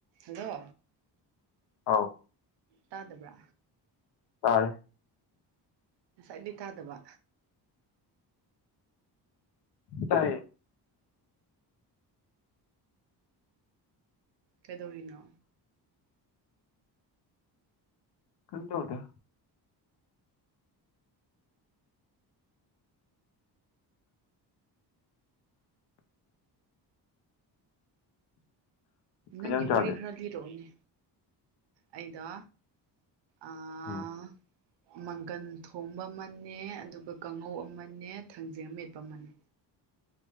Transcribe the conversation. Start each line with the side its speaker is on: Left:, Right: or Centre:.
Right: hello
Left: ꯑꯥꯎ
Right: ꯇꯥꯗꯕ꯭ꯔꯥ
Left: ꯇꯥꯔꯦ
Right: ꯉꯁꯥꯏꯒꯤ ꯇꯥꯗꯕ
Left: ꯇꯥꯏꯌꯦ
Right: ꯀꯩꯗꯧꯔꯤꯅꯣ
Left: ꯀꯪ ꯆ ꯑꯣꯗ ꯀꯩ
Right: ꯅꯪꯒꯤ
Left: ꯏꯟꯖꯥꯡ ꯆꯥꯒꯦ
Right: ꯋꯥꯔꯤ ꯈꯔ ꯂꯤꯔꯛꯑꯣꯅꯦ ꯑꯩꯗ ꯑꯥ
Left: ꯎꯝ
Right: ꯃꯪꯒꯟ ꯊꯣꯡꯕ ꯑꯃꯅꯦ ꯑꯗꯨꯒ ꯀꯥꯡꯉꯧ ꯑꯃꯅꯦ ꯊꯥꯡꯖꯤꯡ ꯑꯃꯦꯠꯄ ꯑꯃꯅꯦ